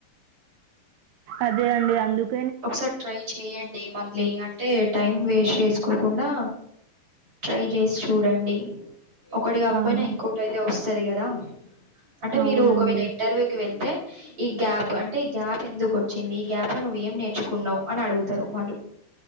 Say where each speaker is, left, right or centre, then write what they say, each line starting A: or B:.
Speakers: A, on the right (about 85°); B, on the right (about 25°).
A: అదే అండి అందుక్
B: ఒకసారి ట్రై చేయండి మళ్ళీ అంటే టైం వేస్ట్ చేసుకో కోకుండా ట్రై చేసి చూడండి ఒకటి కాకపోయినా
A: ఆహా!
B: ఇంకోటి ఐతే వస్తుంది సరే కదా అంటే
A: అవునండి.
B: మీరు ఒకవేళ ఇంటర్వ్యూ కి వెళ్తే ఈ గ్యాప్ అంటే ఈ గ్యాప్ ఎందుకు వచ్చింది ఈ గ్యాప్ లో నువేమ్ ఏం నేర్చుకున్నావు అని అడుగుతారు వాళ్ళు